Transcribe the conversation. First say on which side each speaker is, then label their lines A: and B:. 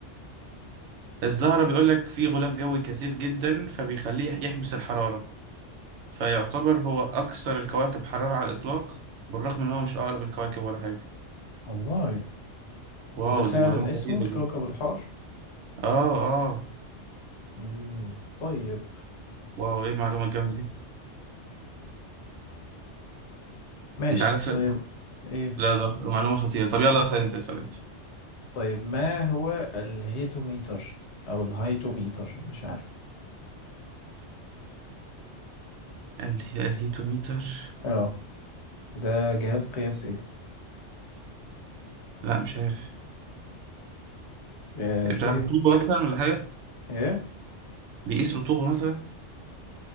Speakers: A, on the right (about 75°); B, on the left (about 70°).
A: الزهرة بيقول لك فيه غلاف جوي كثيف جدا فبيخليه يحبس الحرارة فيعتبر هو اكثر الكواكب حرارة على الاطلاق بالرغم ان هو مش اقرب الكواكب ولا حاجة
B: والله
A: واو
B: وده فعلا
A: دي معلومة
B: اسمه
A: غريبة
B: الكوكب
A: دي
B: الحار
A: اه اه
B: مم. طيب
A: واو ايه المعلومة الجامدة دي
B: ماشي
A: انت عارف
B: طيب ايه
A: لا لا معلومة خطيرة طب يلا اسأل انت اسأل
B: طيب ما هو الهيتوميتر او الهايتوميتر مش عارف
A: انت الهيتوميتر
B: اه ده جهاز قياسي
A: لا مش عارف
B: آه،
A: بتاع
B: تهب
A: رطوبة مثلا ولا حاجة
B: ايه
A: بيقيس رطوبة مثلا